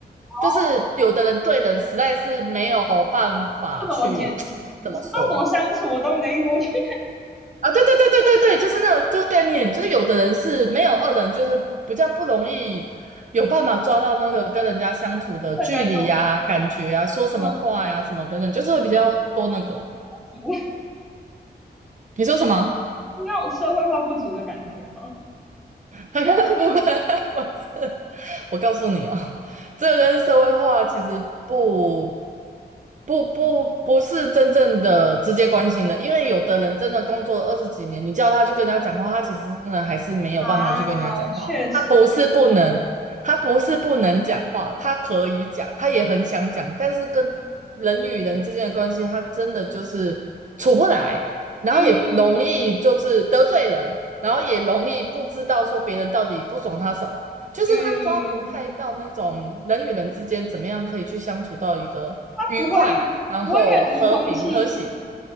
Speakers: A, in the centre; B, on the right.
A: 哦，
B: 就是有的人对人实在是没有办法去
A: 不怎么解，
B: <tsk> 怎么说，
A: 不知道怎么相处，我懂你的意思，<laughs> 我觉得
B: 啊，对对对对对对，就是那种这个概念，就是有的人是没有二的人，就是不比较不容易有办法抓到那个跟人家相处的距离呀、
A: 很难有嗯，
B: 感觉啊、说什么话呀、
A: 呃，
B: 什么等等，就是会比较多那个。
A: 足
B: 你说什么？
A: 那种社会化不足的感觉吧。
B: <laughs> 不不不，我告诉你哦，这跟社会化其实不不不不是真正的直接关心的，因为有的人真的工作了二十几年，你叫他去跟人家讲话，他其实真的还是没有办法去跟人家讲话。
A: 啊，确实欸，
B: 他不是不能，他不是不能讲话，他可以讲，他也很想讲，但是跟人与人之间的关系，他真的就是处不来，然后也容易就是得罪人，
A: 嗯
B: 然后也容易不知道说别人到底不爽他什么。就是他抓不太到那种人与人之间怎么样可以去相处到一个愉快，
A: 嗯，它不会
B: 然后和平和谐。
A: 不会阅读空气。